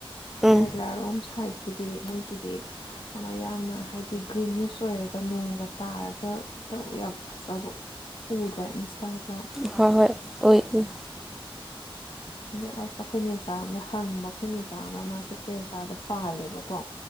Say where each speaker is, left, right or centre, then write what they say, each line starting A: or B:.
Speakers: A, in the centre; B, on the left.
A: ꯎꯝ
B: ꯀꯦꯔꯂꯥꯔꯣꯝ ꯁꯥꯏꯠꯀꯤꯗꯤ ꯃꯣꯏꯒꯤꯗꯤ ꯑꯃ ꯌꯥꯝꯅ ꯍꯥꯏꯗꯤ ꯒ꯭ꯔꯤꯅꯦꯁ ꯑꯣꯏꯔꯒ ꯅꯣꯡꯒ ꯇꯥꯔꯒ ꯇꯧ ꯌꯥꯝ ꯍꯁꯕ ꯄꯨꯨꯔꯗ꯭ꯔ ꯏꯟꯁꯇꯥ
A: ꯍꯣꯏ ꯍꯣꯏ ꯑꯣꯏ ꯎ
B: ꯑꯗ ꯑꯁ ꯑꯩꯈꯣꯏ ꯅꯦꯆꯥ ꯑꯃꯅ ꯍꯪꯕ ꯑꯩꯈꯣꯏ ꯅꯆꯥ ꯑꯃ ꯃꯥꯁꯦ ꯀꯦꯔꯂꯥꯗ ꯄꯥꯜꯂꯦꯕꯀꯣ